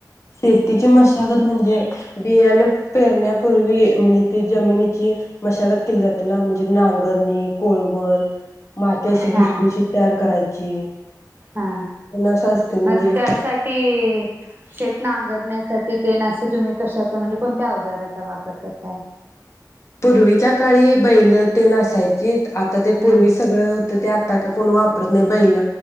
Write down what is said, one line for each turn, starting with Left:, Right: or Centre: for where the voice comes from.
Left: शेतीची मशागत म्हणजे बियाण पेरण्यापूर्वी म्हणजे ती जमिनीची मशागत केली जाते ना म्हणजे नांगरणी कोळवण माती अशी
Right: हा
Left: भुसबुशीत तयार करायची
Right: हा
Left: तेन असं असते
Right: मग
Left: म्हणजे
Right: त्यासाठी शेत नांगरण्यासाठी तेन अस तुम्ही कशाचा म्हणजे कोणत्या अवजाराचा वापर करताय
Left: पूर्वीच्या काळी बैल तेन असायची आता ते पूर्वी
Right: हा
Left: सगळ तर ते आताच कोण वापरत नाही बैल